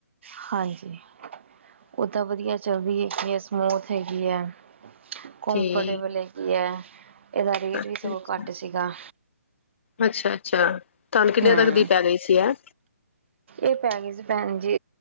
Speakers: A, on the right; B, on the left.
A: ਹਾਂਜੀ, ਓਦਾਂ ਵਧੀਆ ਚੱਲਦੀ ਹੈ, ਇਤਨੀ ਸਮੁਥ ਹੈਗੀ ਐ। ਕਮਫੋਰਟੇਬਲ
B: ਠੀਕ
A: ਹੈਗੀ ਹੈ। ਇਹਦਾ ਰੇਟ
B: ਅੱਛਾ-ਅੱਛਾ
A: ਵੀ ਸਗੋਂ ਘੱਟ ਸੀਗਾ।
B: ਅੱਛਾ-ਅੱਛਾ ਤੁਹਾਨੂੰ ਕਿੰਨਿਆਂ
A: ਹਮ
B: ਤੱਕ ਦੀ ਪੈ ਗਈ ਸੀ ਐ?
A: ਇਹ ਪੈ ਗਈ ਸੀ ਭੈਣ ਜੀ